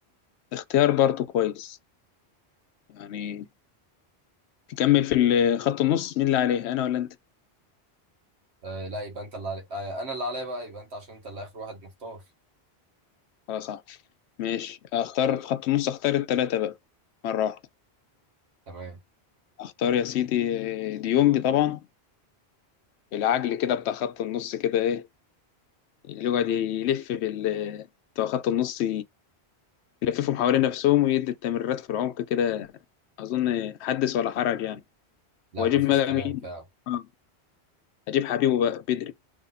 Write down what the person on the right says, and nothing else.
آه لا يبقى انت اللي علي... آه انا اللي عليا بقى يبقى انت عشان انت اللي اخر واحد مختار
تمام
لا
مفيش
كلام
فعلا